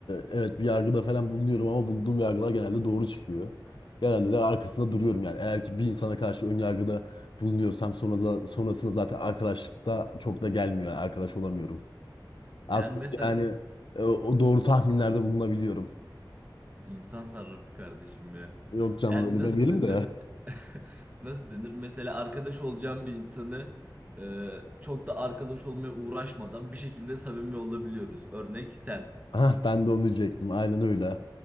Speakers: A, on the left; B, on the right.
A: evet bir yargıda falan bulunuyorum ama bulunduğum yargılar genelde doğru çıkıyor. Genelde de arkasında duruyorum yani. Eğer ki bir insana karşı önyargıda bulunuyorsam sonra da, sonrasında zaten arkadaşlıkta çok da gelmiyor. Yani arkadaş olamıyorum. Az
B: Yani
A: çok
B: mesela
A: yani e, o doğru tahminlerde bulunabiliyorum.
B: İnsan sarrafı kardeşim ya.
A: Yok canım
B: Yani
A: öyle
B: nasıl
A: demeyelim
B: denir?
A: de. <laughs>
B: <laughs> Nasıl denir? Mesela arkadaş olacağım bir insanı e, çok da arkadaş olmaya uğraşmadan bir şekilde samimi olabiliyoruz. Örnek sen.
A: Ah ben de onu diyecektim. Aynen öyle.